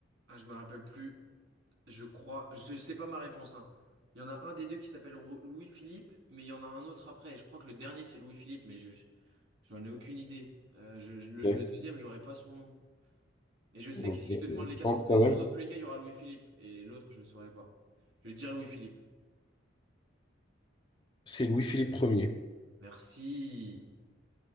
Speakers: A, on the right; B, on the left.
A: Ah, je me rappelle plus. Je crois, je sais pas ma réponse, hein. Il y en a un des deux qui s'appelle Ro- Louis-Philippe, mais il y en a un autre après. et Je crois que le dernier c'est Louis-Philippe, mais je, J'en ai aucune idée. Euh, je- je- le,
B: Ok.
A: le deuxième, j'aurais pas son nom. Et je sais
B: Ok.
A: que si je te demande
B: Je
A: les quatre
B: pense
A: propositions,
B: quand même.
A: dans tous les cas, il y aura Louis-Philippe. Et l'autre, je saurais pas. Je vais te dire Louis-Philippe.
B: C'est Louis-Philippe premier.
A: Merci.